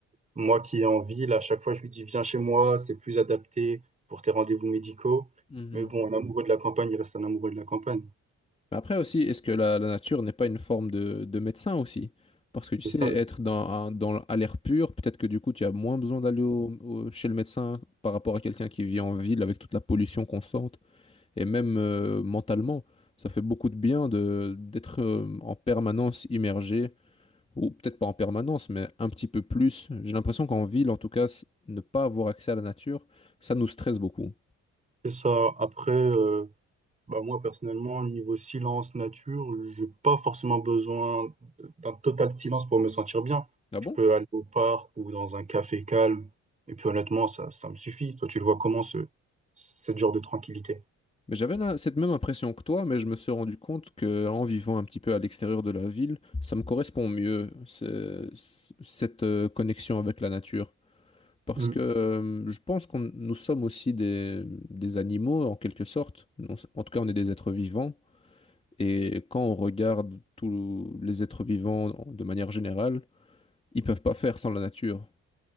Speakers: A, on the right; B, on the left.
A: moi qui est en ville, à chaque fois, je lui dis, viens chez moi, c'est plus adapté pour tes rendez-vous médicaux.
B: mhm.
A: Mais bon, un amoureux de la campagne, il reste un amoureux de la campagne.
B: Mais après aussi, est-ce que la, la nature n'est pas une forme de, de médecin aussi? Parce que tu sais,
A: C'est ça.
B: être dans, un- dans, à l'air pur, peut-être que du coup, tu as moins besoin d'aller au- au- chez le médecin par rapport à quelqu'un qui vit en ville avec toute la pollution constante. Et même euh, mentalement, ça fait beaucoup de bien de, d'être euh, en permanence immergé, ou peut-être pas en permanence, mais un petit peu plus. J'ai l'impression qu'en ville, en tout cas, s- ne pas avoir accès à la nature, ça nous stresse beaucoup.
A: C'est ça. Après, euh, Bah moi, personnellement, niveau silence, nature, j'ai pas forcément besoin d'un total silence pour me sentir bien.
B: Ah
A: Je
B: bon?
A: peux aller au parc ou dans un café calme. Et puis honnêtement, ça, ça me suffit. Toi, tu le vois comment ce, ce genre de tranquillité?
B: Mais j'avais la- cette même impression que toi, mais je me suis rendu compte que en vivant un petit peu à l'extérieur de la ville, ça me correspond mieux, ce- ce- cette euh, connexion avec la nature. Parce
A: Mm.
B: que euh, je pense qu'on nous sommes aussi des, des animaux, en quelque sorte. Non, c'est- en tout cas, on est des êtres vivants. Et quand on regarde tous les êtres vivants de manière générale, ils peuvent pas faire sans la nature.